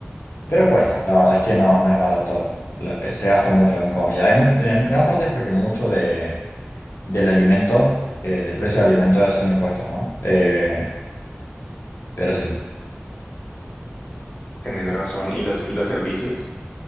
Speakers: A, on the left; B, on the left.
A: pero cuesta. La verdad es que no, no es barato. La- eh, se gasta mucho en comida. Hay mu- en gran parte es porque mucho de, del alimento, eh, del precio del alimento son impuestos, ¿no? Eh, pero sí.
B: Tenés razón. ¿Y los, y los servicios?